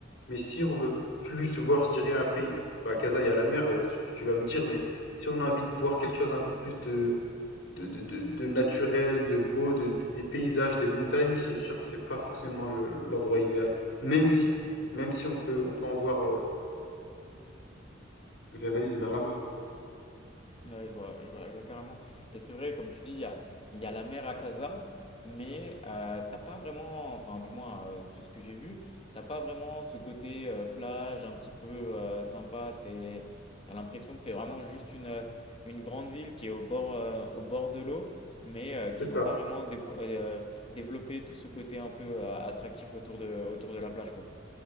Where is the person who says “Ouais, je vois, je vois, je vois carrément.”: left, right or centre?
Left